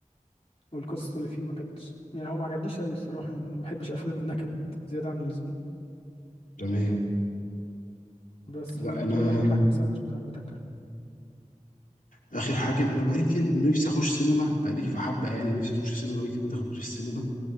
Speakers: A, on the left; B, on the left.
A: والقصص اللي فيه ما كانتش يعني هو ما عجبنيش قوي الصراحه يعني ما بحبش افلام النكد زياده عن اللزوم
B: تمام
A: بس
B: لا
A: في انت
B: انا
A: ايه اخر حاجه مثلا شفتها عجبتك
B: اخر حاجه انا بقالي كتير نفسي اخش سينما بقالي في حبه يعني نفسي اخش سينما بقالي كتير ما دخلتش السينما